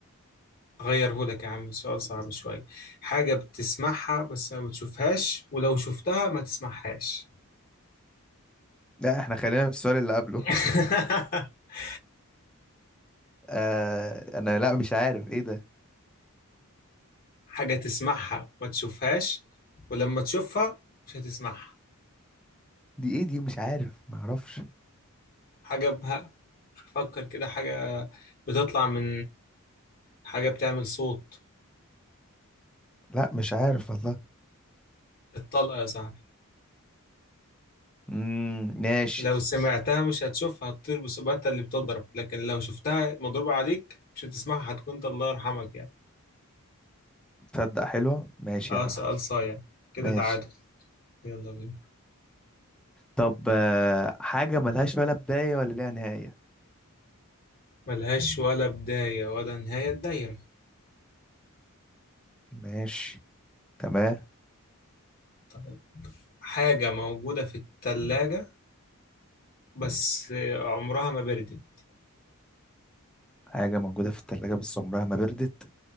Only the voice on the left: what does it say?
اغيره لك يا عم سؤال صعب شويه حاجه بتسمعها بس ما بتشوفهاش ولو شفتها ما تسمعهاش
<laughs>
حاجه تسمعها ما تشوفهاش ولما تشوفها مش هتسمعها
حاجة بها فكر كده حاجة بتطلع من حاجة بتعمل صوت
الطلقة يا صاحبي
لو سمعتها مش هتشوفها هتطير بسرعة اللي بتضرب لكن لو شفتها مضروبة عليك مش هتسمعها هتكون ده الله يرحمك يعني
اه
سؤال صايع كده
تعادل يلا بينا
ملهاش ولا بداية ولا نهاية الدايرة
طيب حاجة موجودة في التلاجة بس عمرها ما بردت